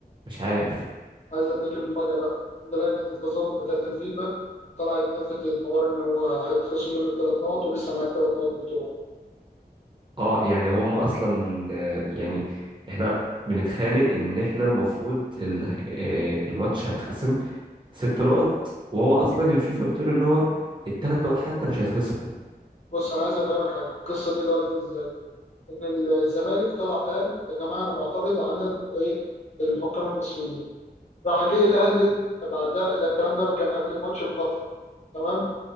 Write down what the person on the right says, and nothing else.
مش عارف
اه يعني هم أصلا آه، يعني احنا بنتخانق إن احنا المفروض ال- آه، الماتش هيتخصم ست نقط وهو أصلا الفيفا بتقول إن هو التلات نقط حتى مش هيتخصموا